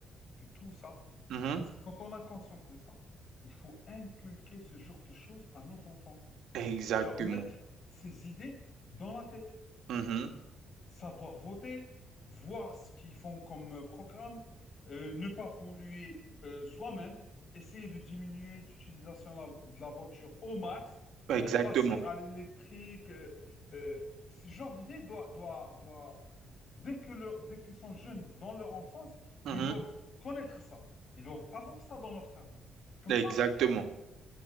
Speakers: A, on the left (about 55°); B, on the right (about 75°).
A: de tout ça,
B: Mhm.
A: c'est quand on a conscience de ça, il faut inculquer ce genre de choses à nos enfants.
B: Exactement.
A: leur mettre ces idées dans la tête.
B: Mhm.
A: Savoir voter, voir ce qu'ils font comme programme, euh, ne pas polluer euh, soi-même, essayer de diminuer l'utilisation de la- de la voiture au max,
B: Exactement.
A: euh, passer à l'électrique. euh, euh, ce genre d'idée doit, doit, doit, dès que leur- dès qu'ils sont jeunes dans leur enfance,
B: Mhm.
A: ils doivent connaître ça. Ils doivent avoir ça dans leur cerveau. Comme
B: Exactement.
A: ça,